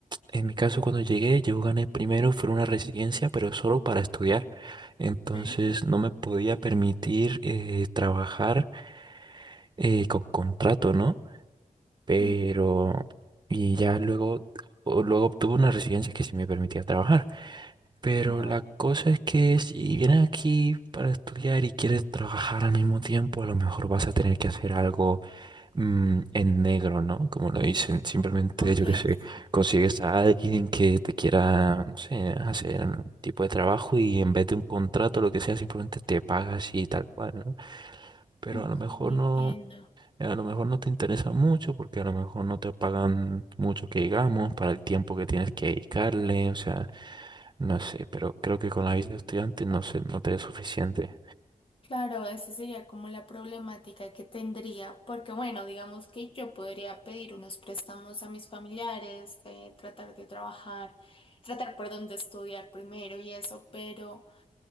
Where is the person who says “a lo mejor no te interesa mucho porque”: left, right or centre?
Right